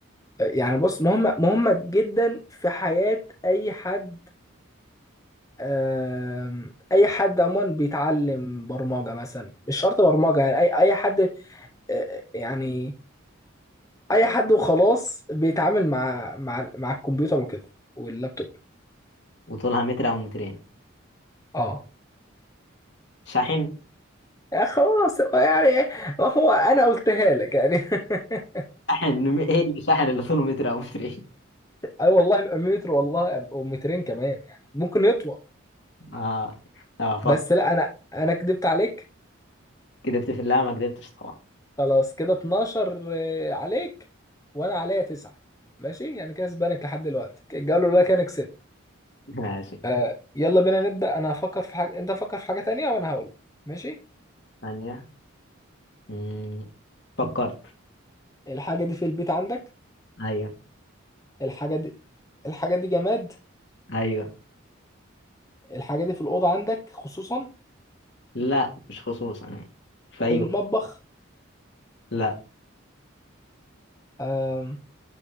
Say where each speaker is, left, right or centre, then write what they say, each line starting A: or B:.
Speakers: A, on the left; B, on the left.
A: يعني بص مهمه مهمه جدا في حياه اي حد آم، اي حد عموما بيتعلم برمجه مثلا مش شرط برمجه يعني اي اي حد آه، آه، يعني اي حد وخلاص بيتعامل مع مع مع الكمبيوتر وكده واللابتوب
B: وطولها متر او مترين
A: اه
B: شاحن
A: يعني خلاص هو يعني ما هو انا قلتها لك يعني <laughs>
B: شاحن ايه اللي شاحن اللي طوله متر او مترين
A: اي والله يبقى متر والله او مترين كمان يعني ممكن يطول
B: <laughs> اه طب افكر
A: بس لا انا انا كدبت عليك
B: كدبت في لا ما كدبتش طبعا
A: خلاص كده 12 آه، عليك وانا عليا تسعة ماشي يعني كسبانك لحد دلوقتي الجوله الاولى كان كسبت
B: <laughs> ماشي
A: آه يلا بينا نبدأ انا هفكر في حاجة انت فكر في حاجة تانية وانا هقول ماشي
B: ثانيه مم، فكرت
A: الحاجة دي في البيت عندك
B: ايوه
A: الحاجة دي الحاجة دي جماد
B: ايوه
A: الحاجة دي في الأوضة عندك خصوصا
B: لا مش خصوصا يعني في اي
A: في المطبخ
B: وقت. لا
A: آم...